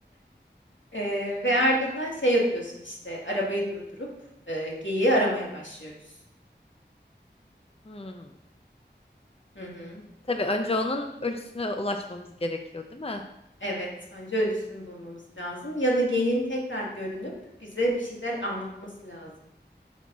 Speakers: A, on the left; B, on the left.
A: Eee, ve ardından şey yapıyorsun işte arabayı durdurup eee geyiği aramaya başlıyoruz.
B: Hmm.
A: Hı hı.
B: Tabii önce onun ölüsüne ulaşmamız gerekiyor, değil mi?
A: Evet, önce ölüsünü bulmamız lazım ya da geyiğin tekrar görünüp bize bir şeyler anlatması lazım.